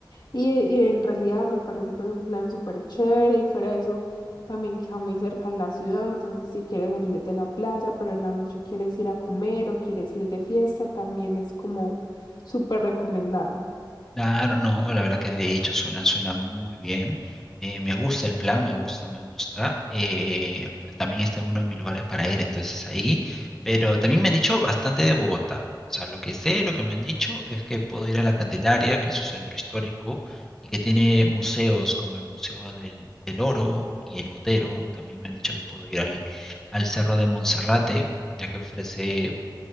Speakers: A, on the left (about 65°); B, in the centre.
A: Y, y en realidad me parece pues un plan súper chévere y fuera de eso también queda muy cerca la ciudad, entonces si quieres salir de la playa, pero en la noche quieres ir a comer o quieres ir de fiesta, también es como súper recomendado.
B: Claro, no, la verdad que de hecho suena, suena muy bien. Eh, me gusta el plan, me gusta, me gusta. Eh, también está en uno de mis lugares para ir, entonces ahí. Pero también me han dicho bastante de Bogotá. O sea, lo que sé, lo que me han dicho es que puedo ir a la Candelaria, que es su centro histórico, y que tiene museos como el Museo del, del Oro y el Botero. También me han dicho que puedo ir al, al Cerro de Monserrate, ya que ofrece